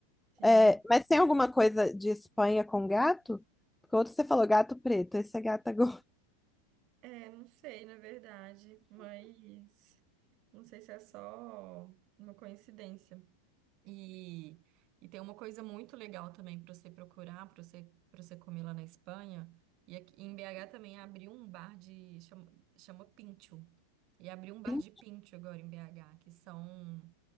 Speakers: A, on the right; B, in the centre.
A: Sim.
B: É, mas tem alguma coisa de Espanha com gato? Porque outro você falou gato preto, esse é gata gorda.
A: É, não sei, na verdade, mas não sei se é só uma coincidência. E, e tem uma coisa muito legal também para você procurar, para você, para você comer lá na Espanha. E aqui, em BH também abriu um bar de. Chama, chama Pincho. E abriu um bar
B: <laughs>
A: de
B: Pin-
A: pincho agora em BH, que são.